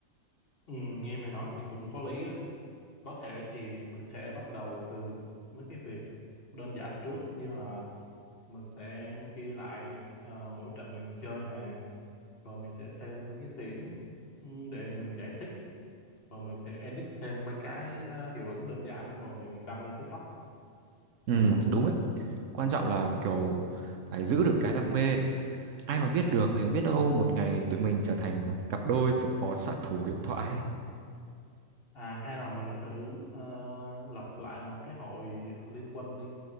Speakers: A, on the left; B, on the right.
A: ừ, nghe mày nói thì cũng có lý á có thể thì mình sẽ bắt đầu từ mấy cái việc đơn giản trước như là mình sẽ ghi lại ờ, mỗi trận mình chơi nè rồi mình sẽ thêm mấy cái tiếng ừ, để mình giải thích rồi mình sẽ edit thêm mấy cái ờ, hiệu ứng đơn giản rồi mình đăng lên TikTok
B: ừ đúng ấy quan trọng là kiểu phải giữ được cái đam mê ai mà biết được này biết đâu một ngày tụi mình trở thành cặp đôi support sát thủ huyền thoại
A: À, hay là mình thử ờ, lập lại một cái hội liên quân đi.